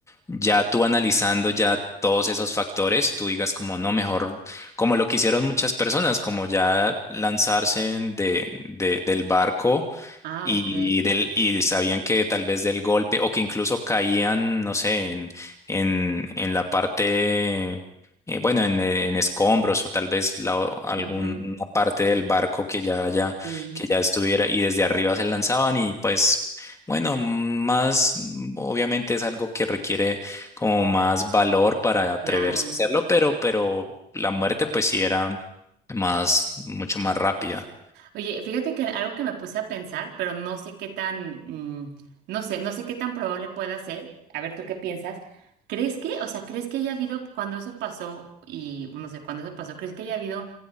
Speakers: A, on the left; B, on the right.
A: ya tú analizando ya todos esos factores, tú digas como no, mejor, como lo que hicieron muchas personas, como ya lanzarse en- de, de- del barco
B: ah,
A: y,
B: ok.
A: del, y sabían que tal vez del golpe o que incluso caían, no sé, en, en, en la parte, eh, bueno, en, en escombros o tal vez la, alguna
B: ujú.
A: parte del barco que ya, ya,
B: Sí,
A: que ya estuviera y desde arriba se lanzaban y pues... Bueno, más mm, obviamente es algo que requiere como más valor para atreverse
B: claro.
A: a hacerlo, pero, pero la muerte pues sí era más, mucho más rápida.
B: Oye, fíjate que algo que me puse a pensar, pero no sé qué tan, mm, no sé, no sé qué tan probable pueda ser. A ver, ¿tú qué piensas? ¿Crees que, o sea, crees que haya habido, cuando eso pasó, y no sé, cuando eso pasó, ¿crees que haya habido